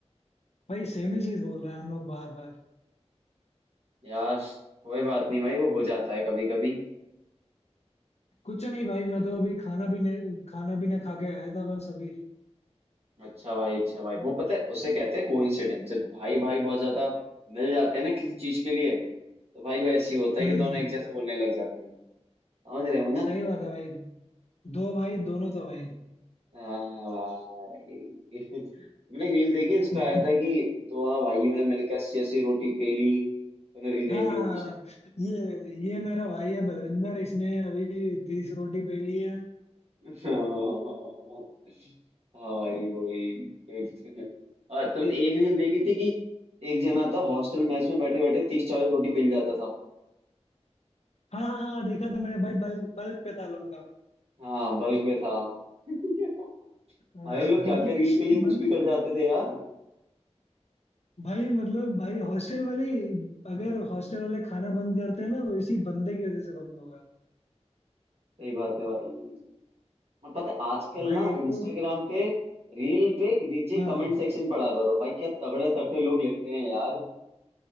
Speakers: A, on the left; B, on the right.
A: भाई सेम ही चीज बोल रहे हैं हम लोग बार बार
B: यार कोई बात नहीं भाई वो हो जाता है कभी कभी
A: कुछ नहीं भाई मैं तो अभी खाना भी नहीं खाना भी ना खा के आया था बस अभी
B: अच्छा भाई अच्छा भाई वो पता है उसे कहते हैं कोइंसिडेंस भाई भाई बहुत ज्यादा मिल जाते हैं ना किसी चीज के लिए तो भाई वो ऐसे ही होता है
A: हम्म
B: कि दोनों एक जैसे बोलने लग जाते हैं समझ रहे हो
A: सही
B: ना
A: बात है भाई दो भाई दोनों तो भाई
B: हाँ भाई <laughs> मैंने एक रील देखी इस
A: <laughs>
B: पे आया था कि दोनों भाइयों ने मिलकर अस्सी अस्सी रोटी पेली तुमने रील देखी
A: हाँ हाँ
B: होगी
A: ये ये मेरा भाई है बलविंदर इसने अभी तीस रोटी पे ली है
B: हाँ भाई वही एक और तुमने एक रील देखी थी कि एक जना था हॉस्टल मेस में बैठे बैठे तीस चालीस रोटी पेल जाता था
A: हाँ हाँ हाँ, देखा था मैंने भाई बल्क बल्क पे था लौंडा
B: हाँ बल्क पे था <laughs>
A: <laughs> हाँ,
B: भाई ये लोग क्या क्या रील के लिए कुछ
A: मन
B: भी कर जाते थे यार
A: भाई मतलब भाई हॉस्टल वाले अगर हॉस्टल वाले खाना बंद करते हैं ना तो इसी बंदे की वजह से बंद होगा
B: सही बात है भाई और पता है आजकल
A: भाई
B: ना
A: एक
B: इंस्टाग्राम
A: तो
B: पे रील पे नीचे
A: हाँ
B: कमेंट सेक्शन पढ़ा करो भाई क्या तगड़े तगड़े लोग लिखते हैं यार